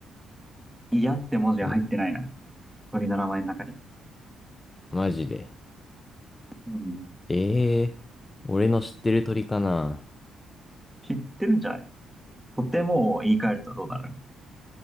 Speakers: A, in the centre; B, on the left (about 25°).
A: 嫌って文字が入ってないな。
B: うん、
A: 鳥の名前の中に。
B: マジで。
A: うん。
B: ええ俺の知ってる鳥かな。
A: 知ってるんじゃないとてもを言い換えるとどうなる